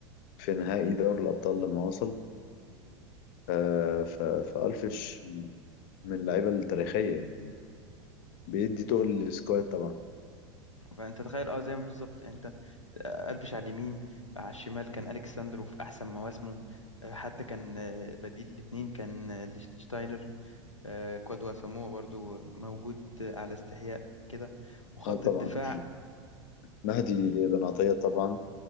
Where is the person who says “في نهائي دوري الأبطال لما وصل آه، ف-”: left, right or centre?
Left